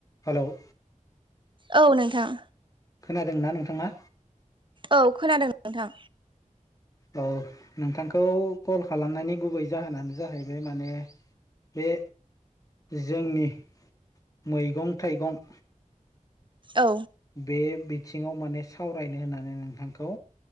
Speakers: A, on the left; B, on the right.
A: हेल'
B: औ नोंथां
A: खोनादोंना नोंथाङा
B: औ खोनादों नोंथां
A: औ नोंथांखौ कल खालामनायनि गुबै जाहोनानो जाहैबाय माने बे जोंनि मैगं थाइगं
B: औ
A: बे बिथिङाव माने सावरायनो होननानै नोंथांखौ